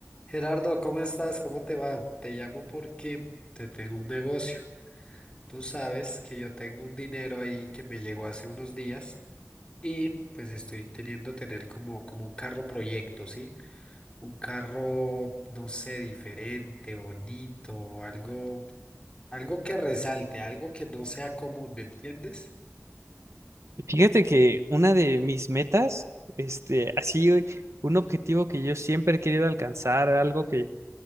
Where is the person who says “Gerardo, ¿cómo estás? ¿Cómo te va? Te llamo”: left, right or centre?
Left